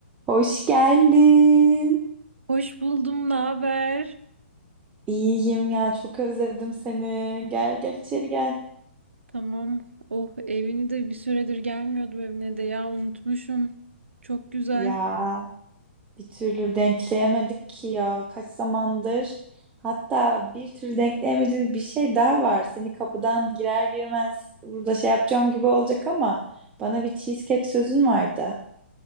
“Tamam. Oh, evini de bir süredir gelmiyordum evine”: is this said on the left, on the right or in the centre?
Right